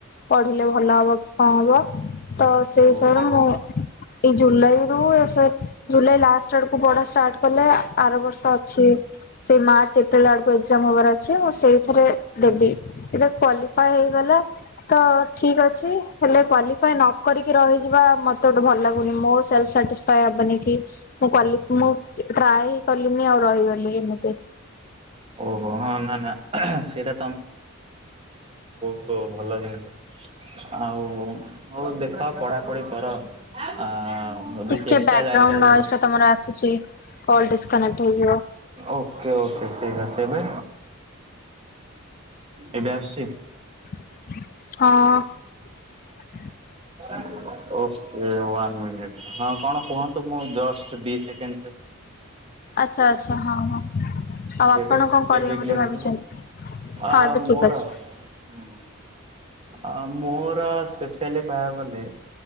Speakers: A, on the left (about 40°); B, on the right (about 25°).
A: ପଢିଲେ ଭଲ ହବ କି କଣ ହବ। ତ ସେଇ
B: ଓହୋ
A: ହିସାବରେ ମୁଁ। ଏଇ ଜୁଲାଇ ରୁ ଏଫେ ଜୁଲାଇ ଲାଷ୍ଟ ଆଡକୁ ପଢ଼ା ଷ୍ଟାର୍ଟ କଲେ ଆର ବର୍ଷ ଅଛି ସେଇ ମାର୍ଚ୍ଚ ଏପ୍ରିଲ ଆଡକୁ ଏକ୍ଜାମ ହବାର ଅ ଛି ମୁଁ ସେଇଥିରେ ଦେବି ଏଥିରେ କ୍ଵାଲିଫଏ ହେଇଗଲା ତ ଠିକ ଅଛି। ହେଲେ କ୍ୱାଲିଫଏ ନ କରିକି ରହିଯିବା ମୋତେ ଗୋଟେ ଭଲ ଲାଗୁନି ମୋ ସେଲ୍ଫସାଟିସ କହିହବନି କି ମୁଁ କ୍ୱାଲିଫ ମୁଁ ଟ୍ରାଏ କଲିିନି ଆଉ ରହିଗଲି ଏମିତି।
B: ଓହୋ ହଁ ନା ନା ସେଇଟା ହଉ ଭଲ ଜିନିଷ ଆଉ ହଉ ଦେଖ ପଢା ପଢି କର। ଆ। ଯଦି
A: ଟିକେ
B: ଚେଷ୍ଟା
A: ବ୍ୟାକଗ୍ରାଉଣ୍ଡ
B: ଜାରି ରହିବ
A: ନଏଜ ଟା ତମର ଆସୁଛି କଲ ଡିସକନେକ୍ଟ ହେଇଯିବ
B: ଓକେ ଓକେ। ଠିକ ଅଛି ଏବେ ଏବେ ଆସୁଛି।
A: ହଁ।
B: ଓକେ ୱାନ ମିନିଟ ହଁ କଣ କୁହନ୍ତୁ ମୁଁ ଜଷ୍ଟ ଦି ସେକେଣ୍ଡ ରେ।
A: ଆଚ୍ଛା ଆଚ୍ଛା ହଁ ହଁ ଆଉ ଆପଣ
B: ଏବେ
A: କଣ କରିବେ
B: ଏବେ
A: ବୋଲି
B: କିୟର
A: ଭାବିଛନ୍ତି
B: ଶୁ <unintelligible> ଆ
A: ହଁ ଏବେ
B: ମୋର
A: ଠିକ ଅଛି
B: ହୁଁ। ଆ ମୋର ସ୍ପେଶିଆଲି କହିବାକୁ ଗଲେ